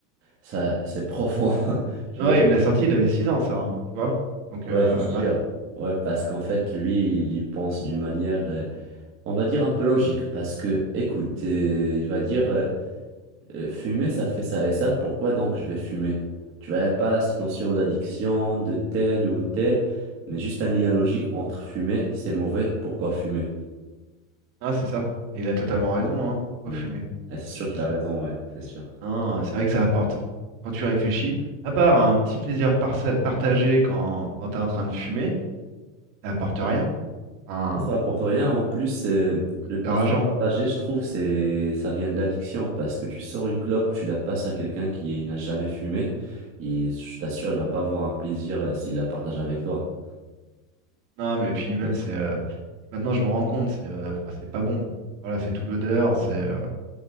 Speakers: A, on the right (about 30°); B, on the right (about 50°).
A: ça, c'est profond. <laughs> Tu
B: Ouais,
A: vois,
B: il me l'a sorti, il avait 6 ans, ça, hein, tu vois. Donc,
A: ouais,
B: euh,
A: c'est sûr.
B: maintenant,
A: Ouais, parce qu'en fait, lui, il y pense d'une manière, euh, on va dire un peu logique. Parce que, écoute, euh, il va dire, euh, euh, fumer, ça fait ça et ça. Pourquoi donc je vais fumer? Tu vois, pas cette notion d'addiction, de tel ou tel, mais juste un lien logique entre fumer, c'est mauvais, pourquoi fumer?
B: ah, c'est ça. Et il a totalement raison, hein, pourquoi
A: Hmm.
B: fumer?
A: Et c'est sûr qu'il
B: Et c'est
A: a raison, ouais, c'est sûr.
B: hein, c'est vrai que ça apporte, quand tu réfléchis, à part un petit plaisir parsa- partagé quand, quand tu es en train de fumer, ça apporte rien. Enfin,
A: Ça rapporte rien. En plus, euh, le plaisir
B: c'est rageant.
A: partagé, je trouve, c'est, ça vient de l'addiction parce que tu sors une clope, tu la passes à quelqu'un qui n'a jamais fumé et je t'assure, il va pas avoir un plaisir euh, s'il la partage avec toi.
B: Non, mais puis même,
A: Yes.
B: c'est. euh, maintenant, je me rends compte, c'est euh, enfin, c'est pas bon, quoi. Voilà, c'est toute l'odeur, c'est. euh,